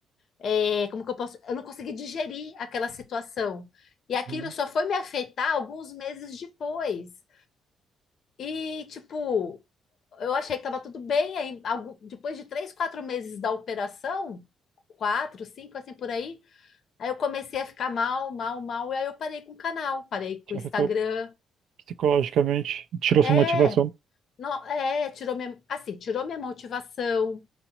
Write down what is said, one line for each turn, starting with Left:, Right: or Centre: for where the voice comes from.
Left: é, como que eu posso? Eu não consegui digerir aquela situação. E aquilo
Right: uhum.
Left: só foi me afetar alguns meses depois. E, tipo, eu achei que estava tudo bem. Aí, algu- depois de três, quatro meses da operação, quatro, cinco, assim por aí, aí eu comecei a ficar mal, mal, mal. E aí eu parei com o canal, parei com
Right: te
Left: o Instagram.
Right: afetou psicologicamente, tirou
Left: É,
Right: sua motivação.
Left: não, é, tirou minha, assim, tirou minha motivação.